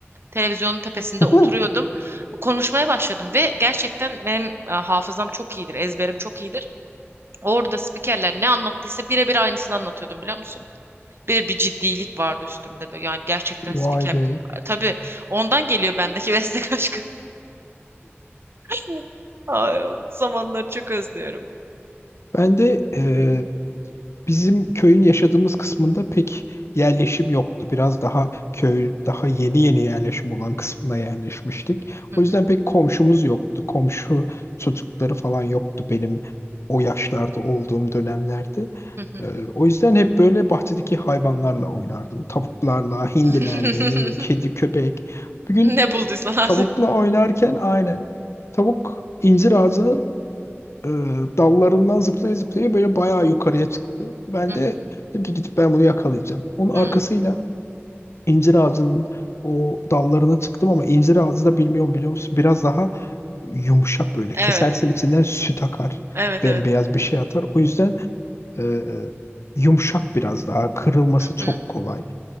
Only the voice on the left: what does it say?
<laughs>
Vay be.
Ben de e, Bizim köyün yaşadığımız kısmında pek yerleşim yoktu. Biraz daha köy, daha yeni yeni yerleşim olan kısmına yerleşmiştik.
O
yüzden pek komşumuz yoktu. Komşu çocukları falan yoktu benim o yaşlarda olduğum dönemlerde.
Ee, o yüzden hep böyle bahçedeki hayvanlarla oynardım. Tavuklarla, hindilerle,
ne bileyim kedi, köpek. Bir gün
tavukla oynarken aynen tavuk incir ağacını e, dallarından zıplaya zıplaya böyle bayağı yukarıya çıktı. Ben
de
dedim ki gidip ben bunu yakalayacağım. Onun
arkasıyla incir ağacının o dallarına çıktım ama incir ağacı da bilmiyorum biliyor musun? Biraz daha yumuşak böyle.
Kesersen içinden süt akar.
Bembeyaz
bir şey atar. O yüzden e, e, yumuşak biraz daha. Kırılması
çok
kolay.